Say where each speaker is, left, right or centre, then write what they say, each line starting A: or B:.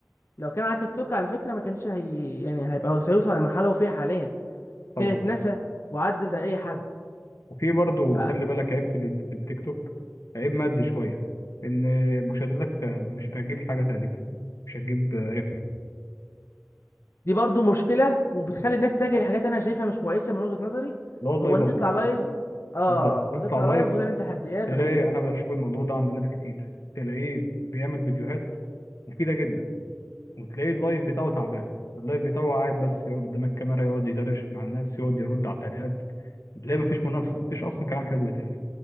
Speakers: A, on the left; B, on the left.
A: لو كان على التيك توك على فكرة ما كانش هي يعني هيبقى هيوصل للمرحلة اللي هو فيها حاليا
B: طبعا
A: كانت نسى وعدى زي أي حد
B: وفي برضه
A: فدي
B: خلي بالك عيب في ال- في التيك توك عيب مادي شوية إن مشاهداتك ت- مش هتجيب حاجة تقريبا مش هتجيب آه، ربح
A: برضو مشكلة وبتخلي الناس تتجه لحاجات أنا شايفها مش كويسة من وجهة نظري
B: اللي هو اللايفات
A: هو إن أنت تطلع لايف آه
B: بالظبط
A: وتطلع
B: تطلع لايف
A: لايف وتعمل تحديات
B: تلاقي
A: غريبة
B: أنا بشوف الموضوع ده عند ناس كتير تلاقيه بيعمل فيديوهات مفيدة جدا وتلاقي اللايف بتاعه تعبان اللايف بتاعه قاعد بس يقعد قدام الكاميرا يقعد يدردش مع الناس يقعد يرد على التعليقات تلاقي مفيش منافسة مفيش أصلا كلام حلو يتقال